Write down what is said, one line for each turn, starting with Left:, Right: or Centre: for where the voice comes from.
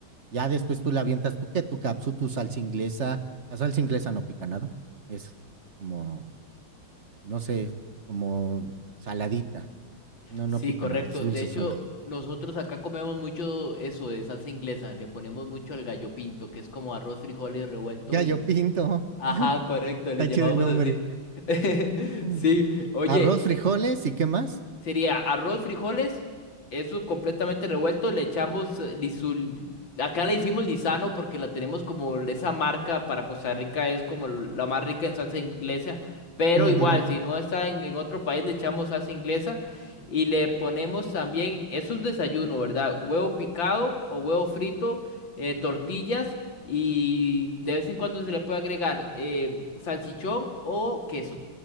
Right: Ya después tú la avientas, tú que tu capsu, tu salsa inglesa. La salsa inglesa no pica nada. Es como, no sé, como saladita. No,
Left: Sí,
Right: no pica
Left: correcto.
Right: nada, es dulce
Left: De hecho,
Right: zona.
Left: nosotros acá comemos mucho eso de salsa inglesa. Le ponemos mucho al gallo pinto, que es como arroz, frijoles revuelto
Right: Ya
Left: y...
Right: yo pinto.
Left: Ajá, correcto,
Right: Está
Left: le llamamos
Right: chido el nombre.
Left: así. <laughs>
Right: Mm.
Left: Sí, oye,
Right: Arroz, frijoles y qué más.
Left: Sería arroz, frijoles, eso completamente revuelto, le echamos eh, lisul... Acá le hicimos lisano porque la tenemos como esa marca para Costa Rica es como la más rica en salsa inglesa, pero
Right: Ujú,
Left: igual
Right: ujú,
Left: si no está en, en otro país le echamos salsa inglesa y le ponemos también, eso es desayuno, ¿verdad? Huevo picado o huevo frito, eh, tortillas y de vez en cuando se le puede agregar eh, salchichón o queso.